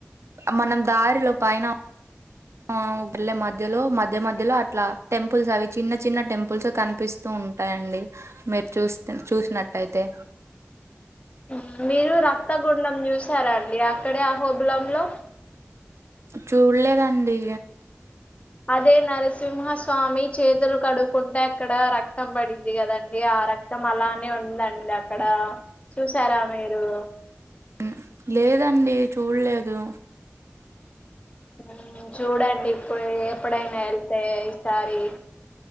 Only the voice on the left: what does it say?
మ్ మీరు రక్తగుండం చూసారండి అక్కడే ఆ హోబులంలో
అదే నరసింహస్వామి చేతులు కడుక్కుంటే అక్కడ రక్తం పడింది కదండి ఆ రక్ క్తం అలానే ఉందండి అక్కడ చూసారా మీరు
మ్ చూడండి ఇప్పుడు ఎప్పుడైనా వెళ్తె ఈసారి